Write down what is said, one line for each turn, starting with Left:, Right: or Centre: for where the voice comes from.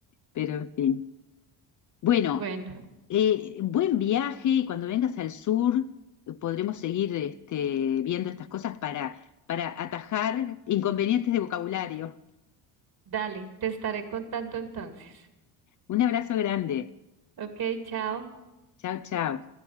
Left: pero en fin. Bueno,
Right: Bueno,
Left: eh, buen viaje y cuando vengas al sur eh, podremos seguir este, viendo estas cosas para, para atajar inconvenientes de vocabulario.
Right: dale, te estaré contando entonces.
Left: Un abrazo grande.
Right: Ok, chao.
Left: Chao, chao.